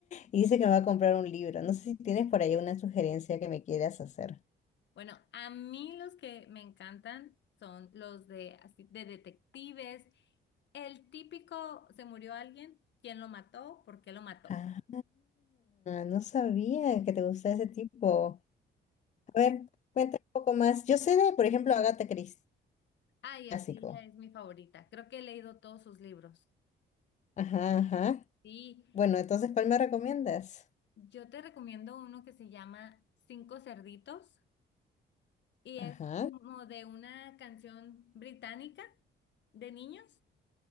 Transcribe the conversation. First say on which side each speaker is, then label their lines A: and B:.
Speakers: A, on the left; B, on the left.
A: Y dice que me va a comprar un libro. No sé si tienes por ahí una sugerencia que me quieras hacer.
B: Bueno, a mí los que me encantan son los de, así, de detectives. El típico, ¿se murió alguien? ¿Quién lo mató? ¿Por qué lo mató?
A: Ah, no sabía que te gustaba ese tipo. A ver,
B: Sí.
A: cuéntame un poco más. Yo sé de, por ejemplo, Agatha Christie,
B: Ay,
A: clásico.
B: es que ella es mi favorita. Creo que he leído todos sus libros.
A: Ajá, ajá.
B: Sí,
A: Bueno, entonces, ¿cuál me recomiendas?
B: yo te recomiendo uno que se llama Cinco Cerditos y
A: Ajá.
B: es como de una canción británica de niños.